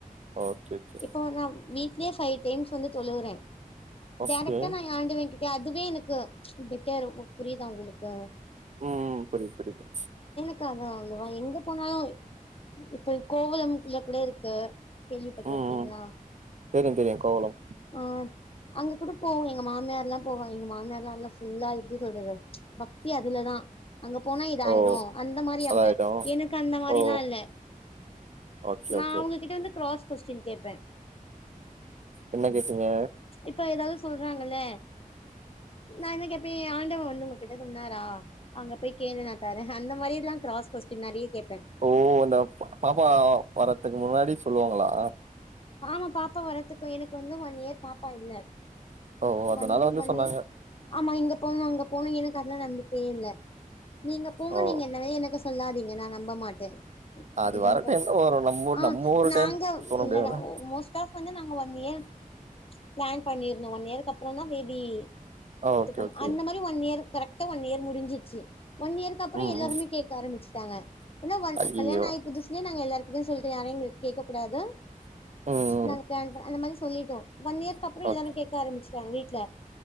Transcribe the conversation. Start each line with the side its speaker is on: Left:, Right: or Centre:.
Right: ஓகே ஓகே
Left: இப்போ நா வீட்லே பைவ் டைம்ஸ் வந்து தொழுவுறே
Right: ஓகே
Left: டேரக்டா நா ஆண்டவன் கிட் அதுவே எனக்கு பெட்டர் புரியுதா உங்களுக்கு
Right: ம் ம் புரிது புரிது
Left: க்காதா அவங்கவா எங்க போனாலு இப்ப கோவலம்ல கூட இருக்கு இருக்கிங்ளா
Right: ம் ம் தெரியு தெரியு கோவளம்
Left: ஆ அங்க கூட போவு எங்க மாமியார்லா போவா எங்க மாமியார்ல்லாம் எல்லா ஃபுல்லா எப்டி சொல்றது பக்தி அதுலதா அங்க போனா இதாயிடு
Right: ஓ
Left: அந்த மாரி
Right: அதாயிடு
Left: அவுங்க எனக்கு அந்த மாரிலா
Right: ஓ
Left: இல்ல
Right: ஓகே
Left: நா
Right: ஓகே
Left: அவுங்ககிட்ட வந்து க்ராஸ் கொஸ்டின் கேப்பே
Right: என்ன கேட்டீங்க
Left: இப்ப ஏதாவது சொல்றாங்கல்ல நான் என்ன கேப்பே ஆண்டவ வந்து உங்ககிட்ட சொன்னாரா அங்க போய் கேளு நா தரே, அந்த மாரில்லா க்ராஸ் கொஸ்டின் நெறைய கேப்
Right: ஓ அந்த பாப்பா வர்றத்துக்கு முன்னாடி சொல்லுவாங்ளா
Left: ஆமா பாப்பா வர்றதுக்கு எனக்கு வந்து ஒன் இயர் பாப்பா இல்ல
Right: ஓ அதனால
Left: வண்
Right: வந்து
Left: வண்ணி
Right: சொன்னாங்க
Left: ஆமா இங்க போணும் அங்க போனு எனக்கு அதுல்லா நம்பிக்க ஏல நீங்க போங்க
Right: ஓ
Left: நீங்க என்னவே எனக்கு சொல்லாதீங்க நா நம்ப மாட்டே
Right: அது
Left: எதுங்கப்பா
Right: வர டைம்ல வரு நம்ம ஊர்
Left: ஆ
Right: நம்ம ஒரு
Left: நாங்க
Right: டைம் சொல்ல
Left: இல்லடா
Right: முடியாதுல்ல
Left: மோஸ்ட் ஆஃப் வந்து நாங்க ஒன் இயர் ப்ளான் பண்ணிருந்தோ, ஒன் இயர்கப்பறோந்தா பேபி எத்துக்கணு
Right: ஓகே ஓகே
Left: அந்த மாரி ஒன் இயர் கரெக்டா ஒன் இயர் முடிஞ்சிச்சு ஒன் இயர்க்கு அப்ற
Right: ம்
Left: எல்லாருமே
Right: ம்
Left: கேக்க ஆரம்பிச்சட்டாங்க ஏன்னா ஒன்
Right: ஐயயோ
Left: கல்யாண ஆய் புதுசுலயே நாங்க எல்லார் அப்பின்னு சொல்லிட்டு யாறையு இங்க கேக்க கூடாது
Right: ம்
Left: நாங்க
Right: ம்
Left: பிளான் அந்த மாரி சொல்லிட்டோ ஒன் இயர்க்கப்றோ எல்லாரு
Right: ஓகே
Left: கேக்க ஆரம்பிச்ட்டாங்க வீட்ல